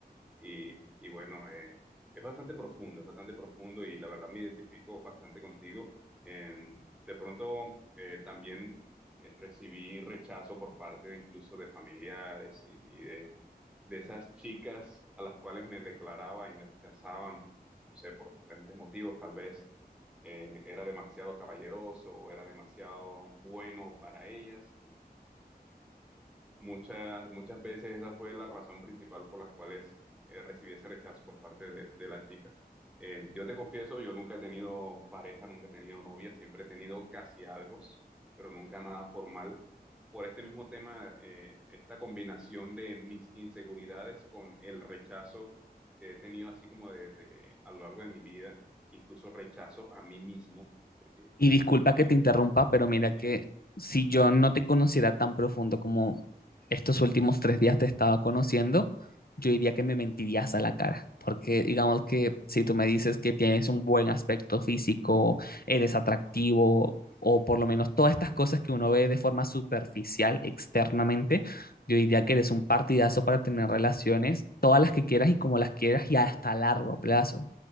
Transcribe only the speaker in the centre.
Y, y bueno, eh, es bastante profundo, es bastante profundo y la verdad me identifico bastante contigo. En- de pronto eh, también eh, recibí rechazo por parte incluso de familiares y, y de, de esas chicas a las cuales me declaraba y me rechazaban, no sé, por diferentes motivos, tal vez eh, era demasiado caballeroso o era demasiado bueno para ellas y, Muchas, muchas veces esa fue la razón principal por las cuales eh, recibí ese rechazo por parte de, de las chicas. Eh, yo te confieso, yo nunca he tenido pareja, nunca he tenido novia, siempre he tenido casi algo, pero nunca nada formal. Por este mismo tema, eh, esta combinación de mis inseguridades con el rechazo que he tenido así como de, de- a lo largo de mi vida, incluso rechazo a mí mismo, porque
eh,
sí,
mm.